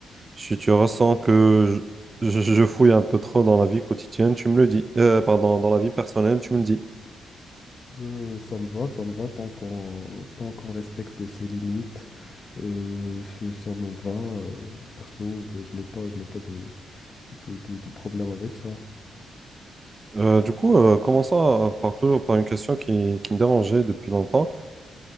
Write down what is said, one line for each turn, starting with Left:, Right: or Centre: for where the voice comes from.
Right: si tu ressens que je, je- je fouille un peu trop dans la vie quotidienne, tu me le dis. Euh, pardon, dans la vie personnelle, tu me le dis.
Left: Euh, ça me va, ça me va tant qu'on tant qu'on respecte ses limites. euh, ce- ça me va. euh, perso, ben, je n'ai pas, je n'ai pas de, de, de- de problème avec ça.
Right: Euh, du coup, euh, commençons euh, par, tout- par une question qui, qui me dérangeait depuis longtemps.